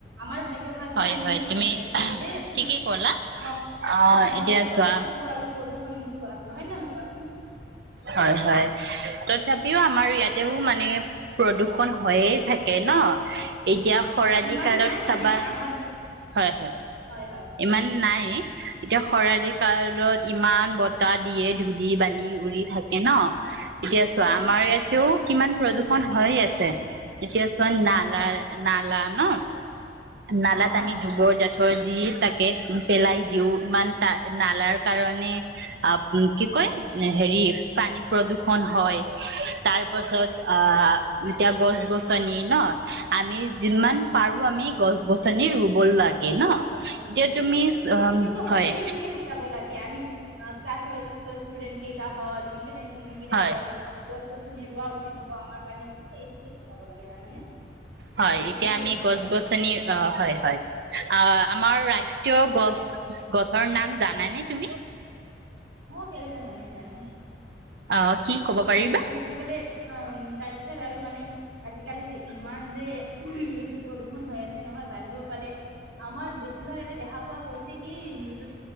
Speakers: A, on the right; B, on the right.
A: আমাৰ ভাই ভাল
B: হয়
A: যে আমি
B: হয়
A: এ
B: তুমি
A: কি বোলে
B: ঠিকেই
A: নৰ্থ
B: ক'লা অ এতিয়া
A: ইষ্টত
B: চোৱা
A: থাকো আৰু প্ৰদূষণ মুক্ত আছো হয় নহয়
B: হয় হয় তথাপিও আমাৰ ইয়াতেও মানে প্ৰদূষন হয়য়ে থাকে ন এতিয়া
A: অ
B: খৰালি
A: ইমান
B: কালত
A: নাই
B: চাবা
A: মানে আমাৰ
B: হয় হয়
A: হয় হয়
B: ইমান নাই <inaudible> এতিয়া খৰালি
A: হয়
B: কালত ইমান বতাহ দিয়ে ধূলি বাৰ বালি উৰি থাকে ন এতিয়া চোৱা
A: হয়
B: আমাৰ
A: হয়।
B: ইয়াতেও কিমান প্ৰদূষণ হৈ আছে ছে এতিয়া প নালা
A: অ
B: নালা ন নালাত
A: অ
B: আমি
A: অ
B: যুগৰ য থয়জি তাকে পেলাই দিও ইমান ত নালাৰ কাৰণে আ কি কয় হেৰি পানী প্ৰদূ্ষন হয় তাৰ পাছত
A: তাকে
B: আহ যেতিয়া গছ গছনি ন আমি যিমান
A: হয় হয়।
B: পাৰো আমি গছ গছনি ৰুব লাগে ন
A: অ
B: এতিয়া
A: ৰুইব
B: তুমি
A: লাগে অ আমি চবকে
B: হয়
A: এইটোকে শিকাব লাগে আমি অ ক্লাছ হয় স্কুলৰ ষ্টুডেণ্ট কেইটা হল টিউশ্যন আহি কিমানকেইটা
B: হয়
A: হল গছ গছনি ৰোৱা উচিত হ'ব আমাৰ কাৰণে গোটেই স্কুল চাব লাগে কে জানানে
B: হয় এতিয়া
A: এইটোৱে
B: আমি
A: উচিত
B: গছ
A: হ'ব
B: গছনি
A: মানে আজিকালি
B: অ হয় হয় অ আমাৰ ৰাষ্ট্ৰীয় গছ গছৰ নাম জানাই নে তুমি
A: অ কেলে নাজানিম জানিম
B: অ কি ক'ব পাৰিবা
A: আৰু যি বোলে অম তাৰ পিছত আৰু মানে আজিকালি যে ইমান যে উম এইটো প্ৰদূষণ হৈ আছে নহয় বাহিৰৰ ফালে আমাৰ বেছিভাগ ইয়াতে দেখা পোৱা গৈছে কি নিউজত